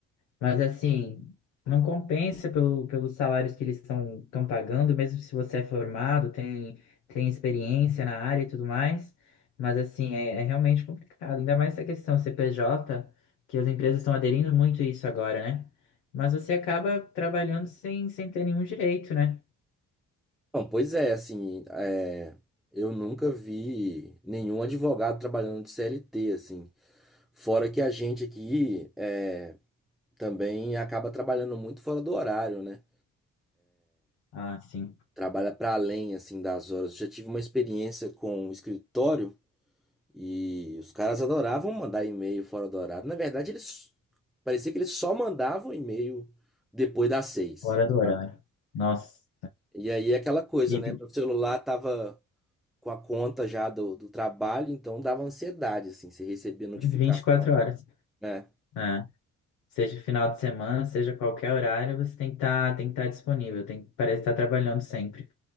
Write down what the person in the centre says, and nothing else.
Não, pois é, assim, é, eu nunca vi nenhum advogado trabalhando de CLT, assim. Fora que a gente aqui é, também acaba trabalhando muito fora do horário, né?
Trabalha para além, assim, das horas. Eu já tive uma experiência com um escritório E os caras adoravam mandar e-mail fora do horário. Na verdade, eles parecia que eles só mandavam e-mail depois das seis.
sabe?
E aí é aquela coisa,
né? Meu celular tava com a conta já do, do trabalho, então dava ansiedade, assim, você recebia notificação,
né?